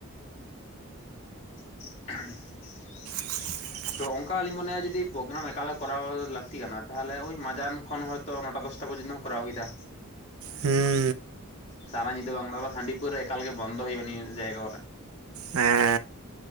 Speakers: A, on the left (about 30°); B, on the right (about 80°).
A: <inaudible>
B: <unintelligible>
A: ᱛᱚ ᱚᱝᱠᱟ ᱟᱹᱞᱤᱧ ᱢᱚᱱᱮᱭᱟ ᱡᱩᱫᱤ ᱯᱨᱳᱜᱨᱟᱢ ᱮᱠᱟᱞ ᱠᱚᱨᱟᱣ ᱞᱟᱹᱠᱛᱤ ᱠᱟᱱᱟ ᱛᱟᱦᱚᱞᱮ ᱳᱸᱭ ᱢᱟᱡᱟᱱ ᱠᱷᱚᱱ ᱦᱚᱭ ᱛᱚ ᱱᱚᱴᱟ ᱫᱚᱥ ᱴᱟ ᱯᱚᱨᱡᱚᱱᱚᱛᱚᱢ ᱠᱚᱨᱟᱣ ᱠᱮᱫᱟ᱾
B: ᱦᱩᱸ,
A: ᱥᱟᱨᱟ ᱧᱤᱫᱟᱹ ᱵᱟᱝ ᱫᱚᱦᱚ ᱦᱟᱺᱰᱤ ᱯᱩᱣᱨᱟᱹ ᱮᱠᱟᱞ ᱜᱮ ᱵᱚᱱᱫᱚ ᱦᱩᱭᱩᱜᱼᱟ ᱱᱤᱭᱟᱹ ᱡᱟᱭᱜᱟ ᱠᱚᱨᱮ᱾
B: ᱮᱸᱻ